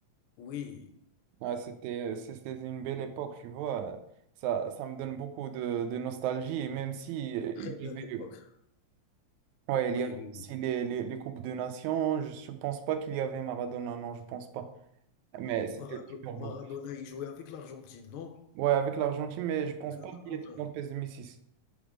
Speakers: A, on the left (about 80°); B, on the right (about 85°).
A: Oui,
B: Ah, c'était, c'était une belle époque, tu vois. Ça, ça me donne beaucoup de, de nostalgie, et même si
A: une
B: euh,
A: très
B: il
A: belle
B: y avait,
A: époque.
B: ouais,
A: Oui,
B: il y avait
A: oui,
B: aussi
A: oui.
B: les, les, les Coupes de Nations, je ne pense pas qu'il y avait Maradona, non, je pense pas. Mais c'était
A: Marado
B: super
A: Maradona,
B: beau.
A: il jouait avec l'Argentine, non?
B: Ouais, avec l'Argentine, mais je pense
A: C'est un
B: pas qu'il
A: Argentin.
B: était dans PES six